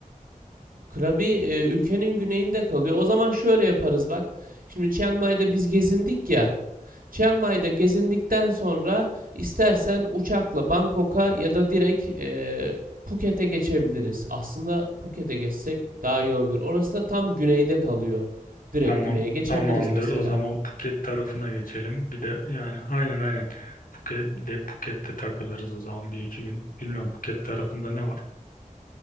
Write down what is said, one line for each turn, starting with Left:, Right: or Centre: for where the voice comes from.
Right: Krabi e, ülkenin güneyinde kalıyor. O zaman şöyle yaparız bak. Şimdi Chiang Mai'de biz gezindik ya. Chiang Mai'de gezindikten sonra istersen uçakla Bangkok'a ya da direkt e, Phuket'e geçebiliriz. Aslında Phuket'e geçsek daha iyi olur. Orası da tam güneyde kalıyor. Direkt
Left: Tamam.
Right: güneye geçebiliriz
Left: Tamamdır.
Right: mesela.
Left: O zaman Phuket tarafına geçelim. Bir de yani aynen aynen. Phuket, bir de Phuket'te takılırız o zaman bir iki gün. Bilmiyorum Phuket tarafında ne var?